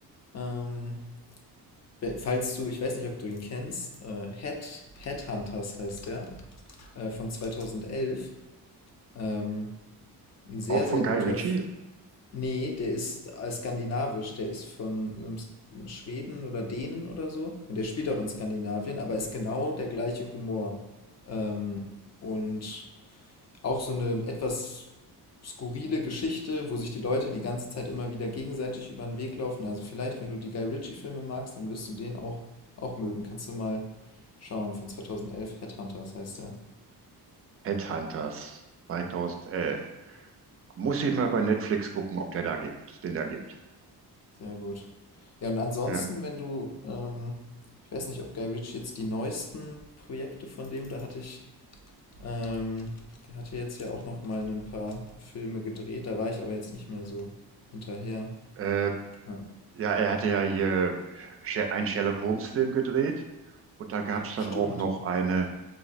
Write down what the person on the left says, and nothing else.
ähm, we- falls du, ich weiß nicht, ob du ihn kennst, äh, Head, Headhunters heißt der. äh, von 2011. Ähm, ein sehr,
sehr guter.
F nee, der ist äh, skandinavisch. Der ist von einem S- Schweden oder Dänen oder so. Und der spielt auch in Skandinavien, aber ist genau der gleiche Humor. Ähm, und auch so eine etwas skurrile Geschichte, wo sich die Leute die ganze Zeit immer wieder gegenseitig über den Weg laufen. Also vielleicht, wenn du die Guy Ritchie-Filme magst, dann wirst du den auch, auch mögen. Kannst du mal schauen, von 2011, Headhunters heißt der.
Sehr gut. Ja, und ansonsten,
wenn du, ähm, ich weiß nicht, ob Guy Ritchie jetzt die neuesten Projekte von dem, da hatte ich, ähm, der hatte jetzt ja auch noch mal ein paar Filme gedreht, da war ich aber jetzt nicht mehr so hinterher.
Ja.
Stimmt.